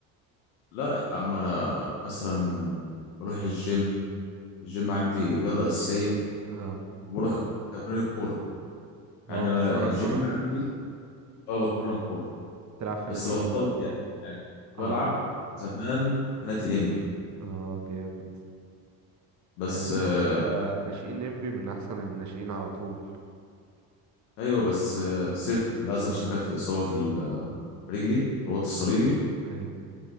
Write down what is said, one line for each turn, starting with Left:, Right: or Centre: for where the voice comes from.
Left: لا يا عم انا مثلا بروح الجيم الجيم عندي رياضه اساسيه
Right: <laughs> اه
Left: وبروح تمرين الكوره يعني
Right: اه
Left: انا
Right: بتتمرن
Left: الجيم
Right: كوره
Left: عندي اه بتمرن كوره
Right: بتلعب في
Left: بس
Right: نادي
Left: بطلت
Right: ايه بقى ولا
Left: يعني,
Right: إيه؟
Left: يعني كنت
Right: اه
Left: بلعب
Right: ك-
Left: زمان في نادي انبي
Right: اه جامد
Left: بس
Right: آه،
Left: آه،
Right: ده ناشئين انبي من احسن الناشئين على طول
Left: ايوه بس آه، سبته للاسف عشان جات لي اصابه في ال- في رجلي رباط الصليبي
Right: اه ايوه